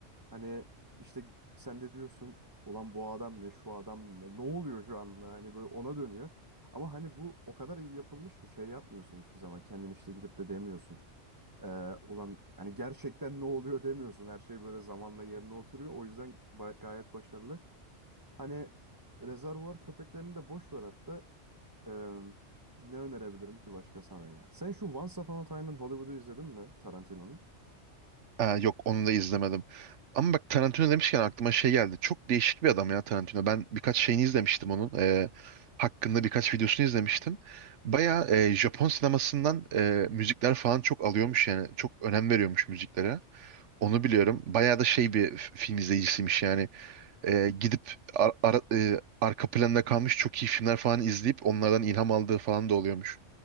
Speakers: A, on the right (about 15°); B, on the right (about 70°).
A: Hani işte sen de diyorsun ulan bu adam ne şu adam ne ne oluyor şu anda hani böyle ona dönüyor. Ama hani bu o kadar iyi yapılmış ki şey yapmıyorsun hiçbir zaman kendini işte gidip de demiyorsun. Ee, ulan hani gerçekten ne oluyor demiyorsun. Her şey böyle zamanla yerine oturuyor. O yüzden ba- gayet başarılı. Hani rezervuar köpeklerini de boş ver hatta. Ee, ne önerebilirim ki başka sana ya? Sen şu Once Upon a Time in Hollywood'u izledin mi Tarantino'nun?
B: Aa, yok onu da izlemedim. Ama bak Tarantino demişken aklıma şey geldi. Çok değişik bir adam ya Tarantino. Ben birkaç şeyini izlemiştim onun. Ee, hakkında birkaç videosunu izlemiştim. Baya Japon sinemasından e, müzikler falan çok alıyormuş yani. Çok önem veriyormuş müziklere. Onu biliyorum. Bayağı da şey bir f- film izleyicisiymiş yani. Ee, gidip ar- ara- e, arka planda kalmış çok iyi filmler falan izleyip onlardan ilham aldığı falan da oluyormuş.